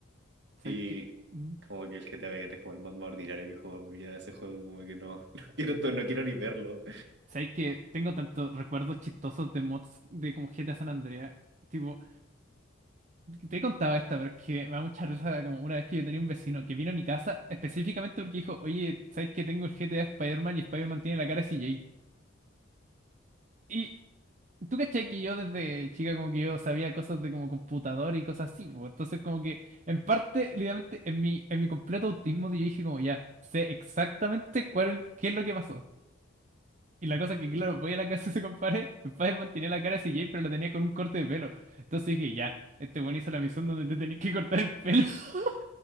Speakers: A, on the right (about 40°); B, on the right (about 60°).
A: ¿Sabes
B: Y
A: qué? Mm.
B: como que el GTA Vice es como el mod más ordinario que he jugado en mi vida. Ese juego como que no, <laughs> no quiero, to- no quiero ni verlo.
A: ¿Sabes qué? Tengo tantos recuerdos chistosos de mods de como GTA San Andreas. Tipo, te he contado esta, pero es que me da mucha risa como una vez que yo tenía un vecino que vino a mi casa específicamente porque dijo, oye, ¿sabes qué? Tengo el GTA Spider-Man y Spider-Man tiene la cara de CJ. Y Tú caché que yo desde chica como que yo sabía cosas de como computador y cosas así, pues entonces como que en parte, literalmente, en mi, en mi completo autismo yo dije como ya, sé exactamente cuál es, qué es lo que pasó. Y la cosa es que, claro,
B: Mm.
A: voy a la casa de ese compadre, <laughs> Spider-Man tenía la cara de CJ, pero la tenía con un corte de pelo. Entonces dije, ya, este buen hizo la misión donde te tenés que cortar el pelo. <laughs>